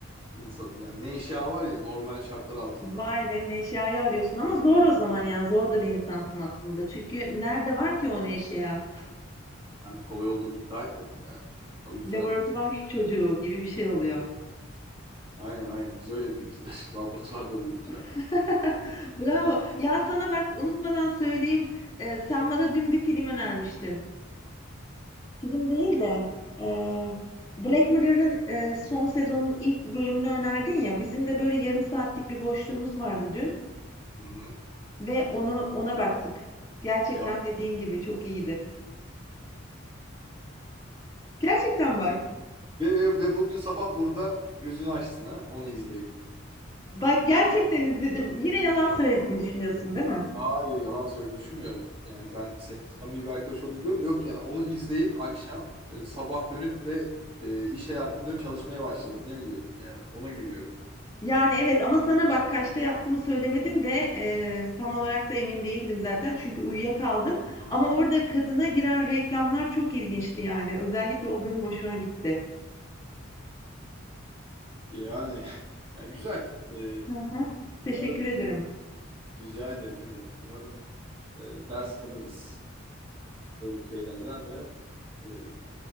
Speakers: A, on the right (about 30°); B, on the left (about 20°).
A: insanım yani. Neşe var ya normal şartlar altında.
B: vay ve neşeyi arıyorsun ama zor o zaman ya. Zor da bir insansın aslında. Çünkü nerede var ki o neşeya?
A: Ben kolay olduğumu iddia etmedim yani. O yüzden
B: Laboratuvar çocuğu gibi bir şey oluyor.
A: aynen aynen biz öyle büyüttüler. <laughs> Laboratuvarda büyüttüler.
B: <laughs> Bravo. Ya sana bak unutmadan söyleyeyim. Ee, sen bana dün bir film önermiştin. Film değil de eee, Black Mirror'ın eee, son sezonun
A: Hı hı.
B: ilk bölümünü önerdin ya. Bizim de böyle yarım saatlik bir boşluğumuz vardı dün
A: Hı hı.
B: ve onu ona baktık. Gerçekten
A: Ya,
B: dediğin gibi çok iyiydi. Gerçekten bak.
A: ve, ve, ve bugün sabah burada gözünü açtın ha onu izleyip.
B: Bak gerçekten izledim. Yine yalan söylediğimi
A: Tamam.
B: düşünüyorsun değil mi?
A: Hayır yalan söyle düşünmüyorum. Yani ben senin samimi bir arkadaş olduğunu biliyorum. da Yok yani onu izleyip akşam e, sabah dönüp ve e, iş hayatına dönüp çalışmaya başladım. Ne mi diyorum? Yani ona gülüyorum.
B: Yani evet ama sana bak kaçta yattığımı söylemedim ve eee, tam olarak da emin değildim zaten çünkü uyuyakaldım. Ama orada kadına giren reklamlar çok ilginçti yani. Özellikle o bölüm hoşuma gitti.
A: Yani, <laughs> yani güzel. E,
B: Hı hı. Teşekkür
A: umarım
B: ederim.
A: rica ederim ne demek. Umarım e, ders alırız böyle şeylerden ve e,